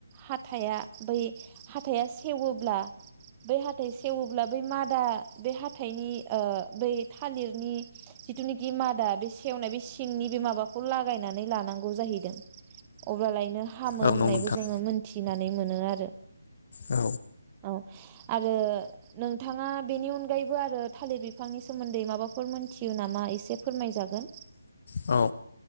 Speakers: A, on the right; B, on the left.
A: हाथाया बै हाथाया सेवोब्ला बै हाथाय सेेवोब्ला बै मादा बे हाथा थायनि ओ बै थालिरनि जिथुनाखि मादा बे सेवनाय बे सिंनि बे माबाखौ लागायनानै लानांगौ जाहैदों। अब्लालायनो ह हामो
B: औ
A: होननायबो
B: नंगौ नोंथां
A: जोङो मोनथि मिथिनानै मोनो आरो
B: औ
A: औ आरो नोंथाङा बेनि अनगायैबो आरो थालिर बिफांनि सोमोन्दै माबाफोर मोनथियो नामा एसे फोरमायजागोन।
B: औ।